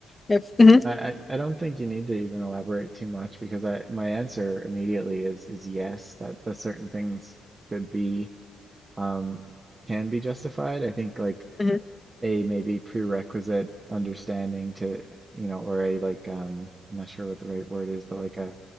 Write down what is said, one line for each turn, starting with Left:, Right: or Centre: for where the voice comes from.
Left: if Mhm,
Right: I, I I don't think you need to even elaborate too much because I my answer immediately is is yes, that that certain things could be um can be justified. I think like
Left: mhm,
Right: a maybe prerequisite understanding to you know, or a like um I'm not sure what the right word is, but like a